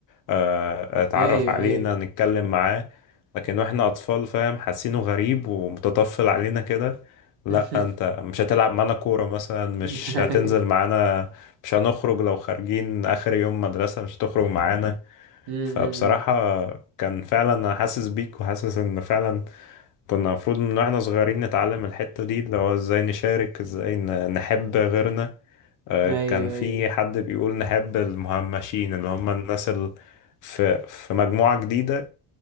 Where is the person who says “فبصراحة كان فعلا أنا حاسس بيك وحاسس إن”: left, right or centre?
Left